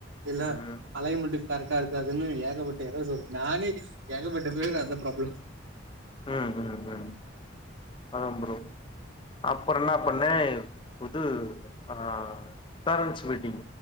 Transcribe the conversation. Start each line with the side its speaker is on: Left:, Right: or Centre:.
Right: இல்ல
Left: ம்
Right: அலைன்மெண்ட் கரெக்டா இருக் அதுன்னு ஏகப்பட்ட ஏறர்ஸ் வரும் நானே ஏகப்பட்ட பேர் அந்த ப்ராப்ளம்
Left: உம் உம் உம் அதாம் ப்ரோ அப்புறோ என்ன பண்ணே இது ஆ பேரண்ட்ஸ் மீட்டிங்